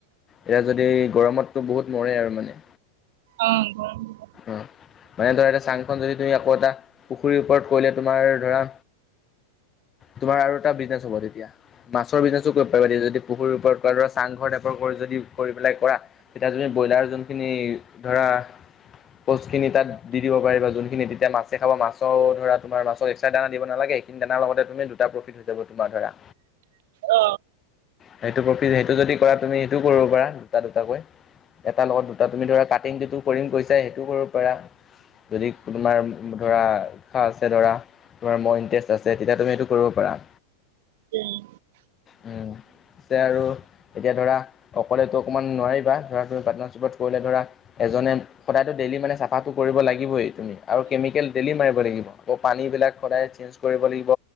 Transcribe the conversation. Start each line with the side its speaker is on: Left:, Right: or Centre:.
Left: এইয়া যদি গৰমতটো বহুত মৰে আৰু মানে।
Right: অ ক <unintelligible>
Left: উম। মানে ধৰা এ চাংখন যদি তুমি আকৌ এটা পুখুৰীৰ ওপৰত কৰিলে তোমাৰ ধৰা তোমাৰ আৰু এটা বিজনেছ হ'ব তেতিয়া। মাছৰ বিজনেছো কৰিব পাৰিব, দ যদি পুখুৰীৰ ওপৰত কৰা ধৰা চাংঘৰ টাইপৰ যদি কৰি পেলাই কৰা। তেতিয়া তুমি ব্ৰইলাৰ যোনখিনি ধৰা পলচ তাত দি দিব পাৰিবা যোনখিনি তেতিয়া মাছে খাব মাছৰ ধৰা তোমাৰ মাছক এক্সষ্টা দানা দিব নালাগে। এইখিনি দানাৰ লগতে তুমি দুটা প্ৰফিট হৈ যাব তোমাৰ ধৰা।
Right: অ <unintelligible>
Left: সেইটো প্ৰফিট সেইটো যদি কৰা তুমি সেইটো কৰিব পাৰা দুটা দুটাকৈ। এটাৰ লগত দুটা তুমি ধৰা কাটিং যিটো কৰিম কৈছা সেইটো কৰিব পাৰা, যদি তোমাৰ ধৰা আশা আছে ধৰা তোমাৰ মোৰ ইণ্টাৰেষ্ট আছে তেতিয়া তুমি এইটো কৰিব পাৰা।
Right: উম।
Left: উম। আৰু এতিয়া ধৰা অকলেতো অকণমান নোৱাৰিবা ধৰা তুমি পাৰ্টনাৰশ্বিপত কৰিলে ধৰা এজনে সদায়টো ডেইলি মানে চাফাটো কৰিব লাগিবই তুমি আৰু কেমিকেল ডেইলি মাৰিব লাগিব। আকৌ পানী বিলাক সদায় চেঞ্জ কৰিব লাগিব